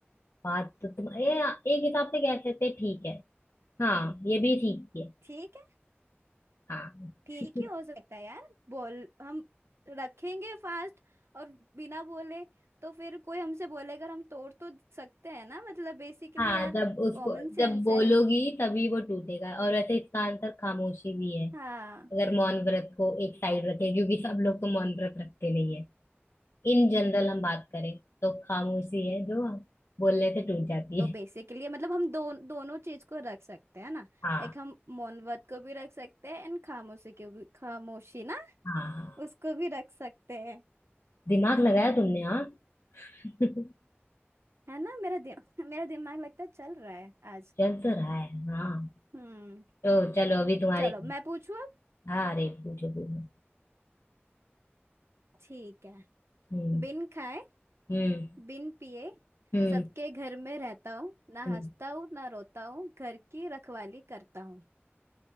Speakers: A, on the left; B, on the right.
A: बात तो तुम ये एक हिसाब से कह सकते हैं, ठीक है हाँ ये भी ठीक है
B: ठीक
A: हाँ
B: ठीक
A: <laughs>
B: ही हो सकता है यार बोल हम रखेंगे फास्ट और बिना बोले तो फिर कोई हमसे बोलेगा हम तोड़ तो सकते हैं ना मतलब बेसिकली
A: हाँ
B: यार
A: जब उसको
B: कॉमन
A: जब
B: सेंस
A: बोलोगी
B: है
A: तभी वो टूटेगा और वैसे इसका आंसर खामोशी भी है
B: हाँ
A: अगर मौन व्रत को एक साइड रखें क्योंकि सब लोग तो मौन व्रत रखते नहीं है इन जनरल हम बात करें तो खामोशी है जो बोलने से टूट जाती
B: तो
A: है
B: बेसिकली मतलब हम दो, दोनों चीज को रख सकते हैं ना
A: हाँ
B: एक हम मौन व्रत को भी रख सकते हैं एंड खामोशी को भी खामोशी ना
A: हाँ हाँ।
B: उसको भी रख सकते हैं
A: दिमाग लगाया तुमने हाँ <laughs>
B: है ना मेरा दिम, <laughs> मेरा दिमाग लगता है चल रहा है आज
A: चल तो रहा है हाँ
B: हम्म
A: तो चलो अभी तुम्हारी
B: चलो मैं पूछू अब
A: हाँ अरे पूछो पूछो
B: ठीक है
A: हम्म
B: बिन खाए
A: हम्म
B: बिन पिए
A: हम्म
B: सबके घर में रहता हूँ ना
A: हम्म।
B: हंसता हूँ ना रोता हूँ घर की रखवाली करता हूँ